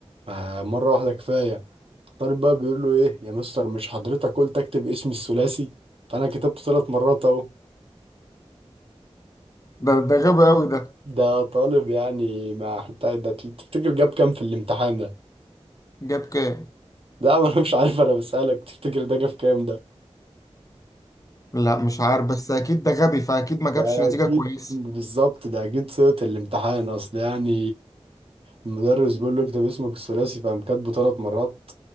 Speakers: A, on the right; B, on the left.
A: فمرة واحدة كفاية الطالب بقى بيقول له ايه يا مستر مش حضرتك قلت اكتب اسمي الثلاثي فانا كتبته ثلاث مرات اهو
B: ده ده غبي قوي ده
A: ده طالب يعني ما حتى ده تفتكر جاب كام في الامتحان ده
B: جاب كام
A: ده انا مش عارف انا بسألك تفتكر ده جاب كام ده
B: لا مش عارف بس اكيد ده غبي فاكيد ما جابش
A: ده
B: نتيجه
A: أكيد
B: كويسه
A: بالظبط ده أكيد صيغة الامتحان أصل يعني المدرس بيقول له اكتب اسمك الثلاثي فقام كاتبه ثلاث مرات